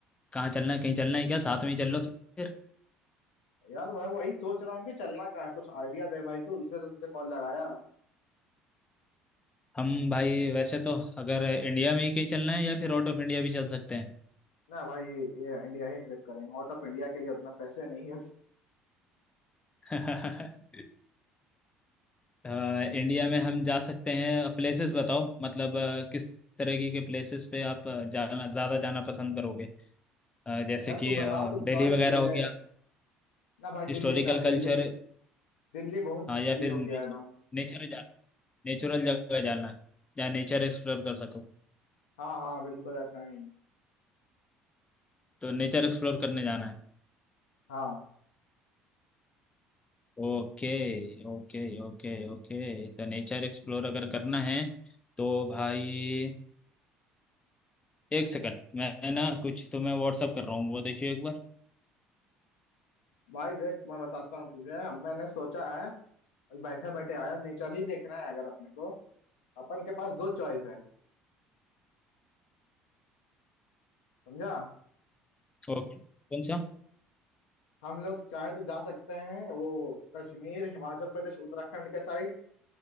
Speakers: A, on the left; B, on the left.
A: कहाँ चलना है कहीं चलना है क्या साथ में ही चल लो फिर
B: यार मैं वही सोच रहा हूँ कि चलना कहाँ है कुछ आइडिया दे भाई तू इसलिए तो तुझे कॉल लगाया
A: हम भाई वैसे तो अगर इंडिया में ही कहीं चलना है या फिर आउट ऑफ इंडिया भी चल सकते हैं
B: ना भाई ये इंडिया ही ट्रिप करेंगे आउट ऑफ इंडिया के लिए उतना पैसे नहीं है
A: <laughs> अ, इंडिया में हम जा सकते हैं प्लेसेस बताओ मतलब अ, किस तरह की के प्लेसेस पे आप अ, जाना ज़्यादा जाना पसंद करोगे अ, जैसे
B: यार
A: कि
B: तू
A: अ,
B: बता तू
A: दिल्ली
B: चॉइस
A: वगैरह
B: तो
A: हो
B: दे
A: गया
B: ना भाई
A: Historical
B: दिल्ली ना
A: culture
B: दिल्ली दिल्ली बहुत
A: हाँ या
B: ये
A: फिर
B: हो गया है एकदम
A: नेचर जा नेचुरल जगह जाना है जहाँ नेचर एक्सप्लोर कर सको
B: हाँ हाँ बिल्कुल ऐसा ही
A: तो नेचर एक्सप्लोर करने जाना है
B: हाँ
A: ओके ओके ओके ओके तो नेचर एक्सप्लोर अगर करना है तो भाई एक सेकंड मैं ना कुछ तुम्हें व्हाट्सअप कर रहा हूँ वो देखिए एक बार
B: भाई देख मैं बताता हूँ तुझे मैंने सोचा है बैठे बैठे आया नेचर ही देखना है अगर अपने को अपन के पास दो चॉइस है समझा
A: ओके कौन सा
B: हम लोग चाहे तो जा सकते हैं वो कश्मीर हिमाचल प्रदेश उत्तराखंड के साइड